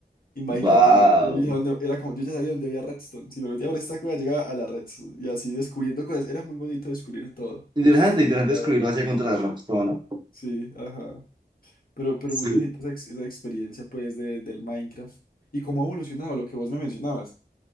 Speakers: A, on the left; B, on the right.
A: Imagínate,
B: Wow.
A: yo, yo veía dónde- era como, yo ya sabía dónde había redstone. Si me metía por esta cueva, llegaba a la redstone. Y así descubriendo cosas. Era muy bonito descubrir todo,
B: Interesante, interesante
A: la
B: descubrirlo
A: verdad.
B: hacia contra la Rockstar ¿no?
A: Sí, ajá. Pero, pero
B: Sí.
A: muy bonita esa, ex- esa experiencia, pues, de, del Minecraft. Y cómo ha evolucionado lo que vos me mencionabas.